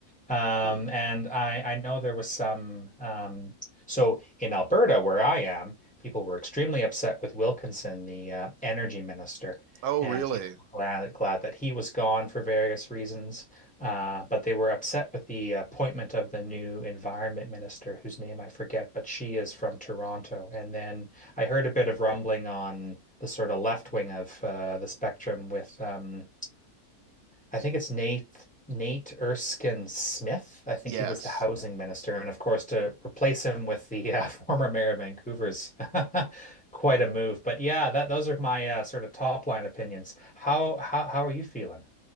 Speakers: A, in the centre; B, on the right.
A: um,
B: Hmm.
A: and I I know there was some um, so in Alberta where I am, people were extremely upset with Wilkinson, the uh, energy minister,
B: Oh,
A: and
B: really?
A: people were glad glad that he was gone for various reasons. Uh, but they were upset with the appointment of the new environment minister, whose name I forget, but she is from Toronto. And then I heard a bit of rumbling on the sort of left wing of uh, the spectrum with, um, I think it's Nate Nate Erskine Smith. I think
B: Yes.
A: he was the housing minister, and of course to replace him with the uh, <laughs> former mayor of Vancouver's <laughs> quite a move. But yeah, that those are my uh, sort of top line opinions. How how how are you feeling?